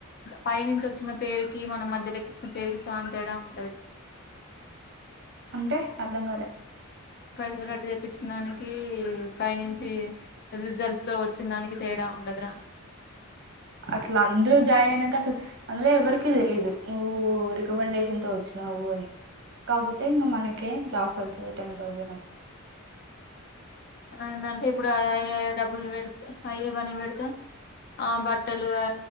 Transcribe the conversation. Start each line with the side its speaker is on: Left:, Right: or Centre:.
Left: పైనుంచి వచ్చ ఇచ్చిన పేరుకి మన మధ్య లెక్కించిన పేరుకి చాలా తేడా ఉంటది
Right: అంటే అర్ధం కాల
Left: పైసలు కట్టి తెప్పించిన దానికి పైనుంచి రిజర్వతో వచ్చిన దానికి తేడా ఉండద్రా
Right: అట్లా అందరూ జాయిన్ అయినాక అసలు అందులో ఎవరికి తెలీదు నువ్వు రికమెండేషన్ తో వచ్చినావు అని కాపోతే ఇ మనకే లాస్ అవుతుది టెన్ తౌసండ్
Left: ఏంటంటే ఇప్పుడు అయ డబ్బులు పెడుతే అయ పని పెడితే ఆ బట్టలువి